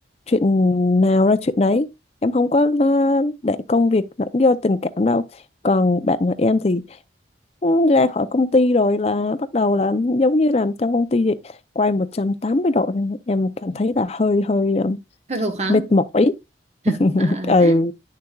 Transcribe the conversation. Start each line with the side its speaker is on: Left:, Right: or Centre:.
Left: chuyện nào ra chuyện đấy em không có ờ, để công việc lẫn do tình cảm đâu còn bạn của em thì ừ, ra khỏi công ty rồi là bắt đầu là giống như làm trong công ty vậy quay 180 độ nên em cảm thấy là hơi hơi ờ,
Right: hơi khô khoắn.
Left: mệt mỏi
Right: <laughs>
Left: <laughs>
Right: À,
Left: ừ
Right: à.